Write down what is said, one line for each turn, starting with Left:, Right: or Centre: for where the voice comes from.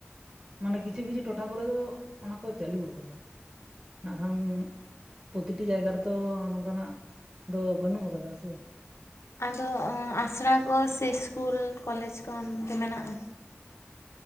Right: ᱢᱟᱱᱮ ᱠᱤᱪᱷᱩ ᱠᱤᱪᱷᱩ ᱴᱚᱴᱷᱟ ᱠᱚᱨᱮ ᱫᱚ ᱚᱱᱟ ᱠᱚ ᱪᱟᱹᱞᱩ ᱠᱟᱱᱟ ᱱᱟᱠᱷᱟᱱ ᱯᱨᱚᱛᱤᱴᱤ ᱡᱟᱭᱜᱟ ᱨᱮᱫᱚ ᱱᱚᱝᱠᱟᱱᱟᱜ ᱫᱚ ᱵᱟᱹᱱᱩᱜ ᱟᱠᱟᱫᱟ ᱥᱮ
Left: ᱟᱫᱚ ᱟᱥᱲᱟ ᱠᱚ ᱥᱮ ᱤᱥᱠᱤᱞ ᱠᱚᱞᱮᱡᱽ ᱠᱚ ᱚᱱᱛᱮ ᱢᱮᱱᱟᱜ-ᱟ